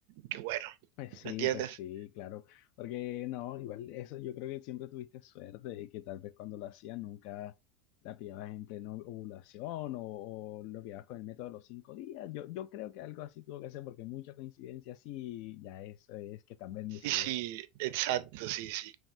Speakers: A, on the right (about 65°); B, on the left (about 55°).
A: Qué bueno,
B: Pues sí,
A: ¿me entiendes?
B: pues sí, claro. Porque no, igual eso yo creo que siempre tuviste suerte y que tal vez cuando lo hacías nunca la pillabas en pleno ovulación o, o lo pillabas con el método de los cinco días. Yo, yo creo que algo así tuvo que ser porque mucha coincidencia sí, ya eso es que están bendecidos.
A: Sí, sí, exacto, sí, sí.